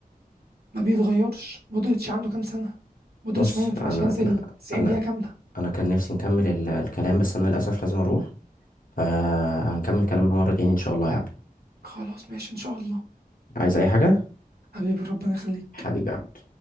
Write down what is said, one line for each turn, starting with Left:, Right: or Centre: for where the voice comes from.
Right: ما بيتغيرش مودريتش عنده كام سنه مودريتش
Left: بص
Right: ما ينفعش
Left: انا
Right: ينزل
Left: انا
Right: 90
Left: انا
Right: دقيقه كامله
Left: انا كان نفسي نكمل ال- الكلام بس انا للاسف لازم اروح فهنكمل كلامنا مره تاني ان شاء الله يا عبد
Right: خلاص ماشي ان شاء الله
Left: عايز اي حاجه
Right: حبيبي ربنا يخليك
Left: حبيبي يا عبد